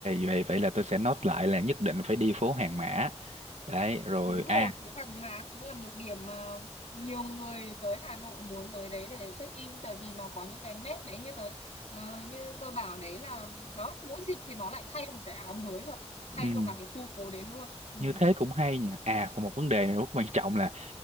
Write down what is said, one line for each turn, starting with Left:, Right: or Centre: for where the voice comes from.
Right: vậy vậy là tôi sẽ note lại là nhất định phải đi phố hàng mã đấy rồi
Left: Đúng rồi,
Right: à
Left: phố Hàng Má cũng là một điểm mà nhiều người tới Hà Nội muốn tới đấy để check in tại vì nó có những cái nét đấy như tới ờ, như tôi bảo đấy là đó mỗi dịp thì nó lại thay một cái áo mới và thay
Right: ừ.
Left: cho cả cái khu phố đấy luôn. Ừ.
Right: như thế cũng hay nhỉ à còn một vấn đề này rất quan trọng là